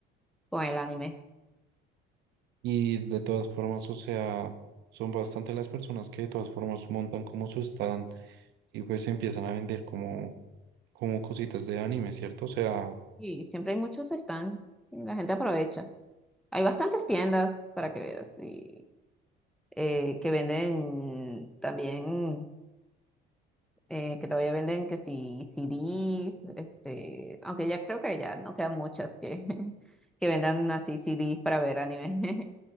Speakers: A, in the centre; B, on the right.
A: con el anime.
B: Y de todas formas, o sea, son bastante las personas que de todas formas montan como su stand y pues empiezan a vender como, como cositas de anime, ¿cierto? O sea,
A: Y siempre hay muchos stand y la gente aprovecha. Hay bastantes tiendas para que veas y, eh, que venden también, eh, que todavía venden que si CDs, este, aunque ya creo que ya no quedan muchas que, <laughs> que vendan así CDs para ver anime. <laughs>